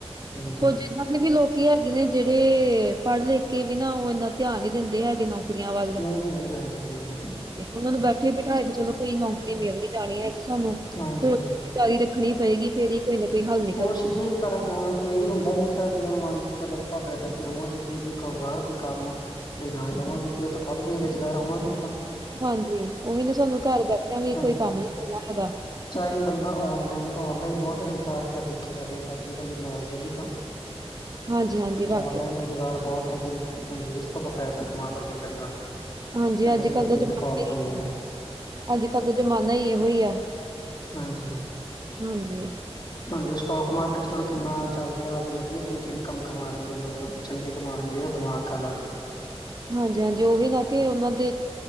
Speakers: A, on the left (about 45°); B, on the right (about 35°).
A: ਹਾਂਜੀ
B: ਕੁਝ। ਨੇ ਵੀ ਲੋਕੀ ਹੈਗੇ ਨੇ ਜਿਹੜੇ, ਪੜ੍ਹ ਲਿਖ ਕੇ ਵੀ ਨਾ ਉਹ ਇੰਨਾ ਧਿਆਨ ਹੀ ਦਿੰਦੇ ਹੈਗੇ ਨਾ। ਨੌਕਰੀਆਂ ਵੱਲ,
A: ਨਹੀਂ ਦਿੰਦੇ ਹਾਂਜੀ ਹਾਂਜੀ
B: ਉਹਨਾਂ ਨੂੰ ਬੈਠੇ-ਬਿਠਾਏ ਤੇ ਚਲੋ, ਕੋਈ ਨੌਕਰੀ ਮਿਲ ਨੀ ਜਾਣੀ ਐ। ਸਾਨੂੰ,
A: ਹਾਂਜੀ
B: ਹੋਰ ਤਿਆਰੀ ਰੱਖਣੀ ਪਏਗੀ, ਫੇਰ ਕੋਈ ਨਾ ਕੋਈ ਹੱਲ ਨ ਨਹੀਂ।
A: ਕੋਸ਼ਿਸ਼ ਫੇਰ ਹੀ ਹੁੰਦਾ, ਨੀ ਤਾਂ ਜਿਦਾ ਮੰਨ ਲ ਕੇ ਚਲੋ ਆਪਾਂ ਬੈਠ ਤੇ ਆਵਾਂਗੇ ਤੇ ਵੀ ਬਾਹਰ ਕੋਈ ਕੰਮ ਨਾ ਜਾਵਾਂਗੇ ਫੇਰ, ਤਾਂ ਖੁਦ ਬੇਰੁਜ਼ਗਾਰ ਹੋਵਾਂਗੇ ਆਪਾਂ
B: ਹਾਂਜੀ, ਉਹੀ ਨੇ ਸਾਨੂੰ ਘਰ ਬੈਠਿਆਂ ਵੀ
A: ਹਾਂਜੀ
B: ਕੋਈ ਕੰਮ ਨੀ ਕਰਨਾ ਹੈਗਾ।
A: ਚਾਹੇ ਬੰਦਾ ਔਨਲਾਈਨ, ਔਨਲਾਈਨ ਬਹੁਤ ਰੁਜ਼ਗਾਰ ਪਿਆ ਦੇਖਿਆ ਜਾਵੇ ਤਾਂ ਜੇ ਬੰਦੇ ਨੌਲੇਜ ਹੈਗੀ ਤਾਂ
B: ਹਾਂਜੀ-ਹਾਂਜੀ ਵਾਕਿਆ।
A: ਔਨਲਾਈਨ ਰੁਜ਼ਗਾਰ ਬਹੁਤ ਹੈਗੇ ਨੇ, ਹਾਂਜੀ। ਇਸ ਤੋਂ ਆਪਾਂ ਪੈਸਾ ਕਮਾ ਸਕਦੇ ਚੰਗਾ।
B: ਹਾਂਜੀ
A: ਚੰਗੇ
B: ਅੱਜ
A: ਚੰਗੇ
B: ਕੱਲ ਦਾ
A: ਪਲੇਟਫਾਰਮ
B: ਜ਼ਮਾਨਾ ਹੀ,
A: ਪਏ ਆ
B: ਅੱਜ ਕਲ ਦਾ ਜ਼ਮਾਨਾ ਹੀ ਇਹੋ ਹੀ ਆ
A: ਹਾਂਜੀ
B: ਹਾਂਜੀ।
A: ਹਾਂਜੀ ਸਟੋਕ ਮਾਰਕੀਟ 'ਚ ਹੁਣ ਕਿੰਨਾ ਚੱਲ ਰਿਹਾ, ਵੀ ਵਧੀਆ ਜਾਣੀ ਕਿ ਇਨਕਮ ਕਮਾ ਲੈਂਦੇ ਲੋਕ। ਚੰਗੇ ਕਮਾਉਣ ਲਈ ਇਹਦਾ ਦਿਮਾਗ ਅਲੱਗ।
B: ਹਾਂਜੀ- ਹਾਂਜੀ ਉਹੀ ਨਾ, ਕਿ ਉਹਨਾਂ ਦੇ,